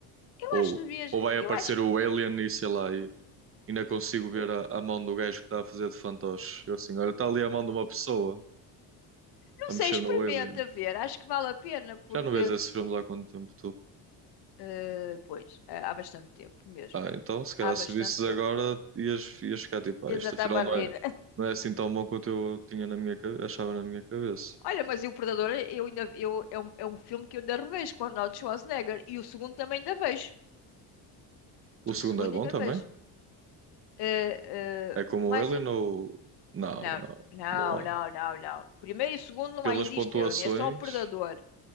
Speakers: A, on the left; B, on the right.
A: eu
B: Ou,
A: acho que devias-
B: ou vai aparecer
A: eu acho que.
B: o Alien e sei lá, e e ainda consigo ver a, a mão do gajo que está a fazer de fantoche? Eu assim, olha, está ali a mão de uma pessoa
A: Não
B: a
A: sei,
B: mexer
A: experimenta
B: no Alien.
A: ver. Acho que vale a pena porque.
B: Já não vês esses filmes há quanto tempo, tu?
A: eh, pois, há há bastante tempo mesmo.
B: Ah, então, se calhar
A: Há
B: se
A: bastante
B: visses agora,
A: tempo.
B: ias, ias ficar tipo,
A: Eles
B: ah, isto
A: até
B: afinal
A: me a
B: não
A: rir.
B: é, não é assim tão bom quanto eu tinha na minha, cabe- achava na minha cabeça.
A: Olha, mas e o Predador, eu ainda, eu, é um, é um filme que eu ainda revejo com o Arnold Schwarzenegger. E o segundo também ainda vejo.
B: O segundo
A: O segundo
B: é bom
A: ainda
B: também?
A: vejo. Eh, eh,
B: É como
A: mas,
B: o Alien ou... Não,
A: não,
B: não,
A: não,
B: não é.
A: não, não, não. Primeiro e o segundo não
B: Pelas
A: existem,
B: pontuações,
A: Aline, é só o Predador.